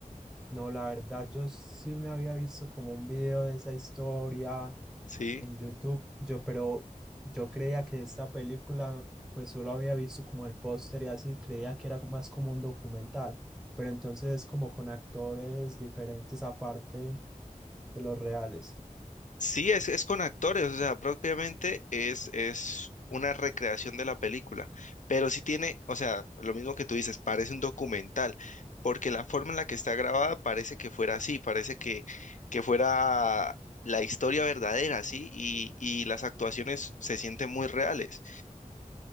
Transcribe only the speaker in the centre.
no, la verdad, yo sí me había visto como un video de esa historia
en YouTube, yo, pero yo creía que esta película, pues solo había visto como el póster y así, creía que era más como un documental, pero entonces es como con actores diferentes aparte de los reales.